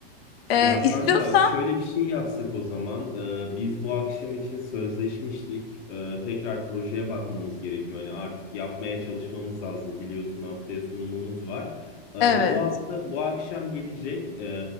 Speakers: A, on the left; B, on the left.
A: E,
B: Ya
A: istiyorsan
B: kanka şöyle bir şey yapsak o zaman. Ee, biz bu akşam için sözleşmiştik. Ee, tekrar projeye bakmamız gerekiyor. Hani artık yapmaya çalışmamız lazım. Biliyorsun haftaya sunumumuz var. Ee, o
A: evet
B: bu hafta bu akşam gelecek. Ee,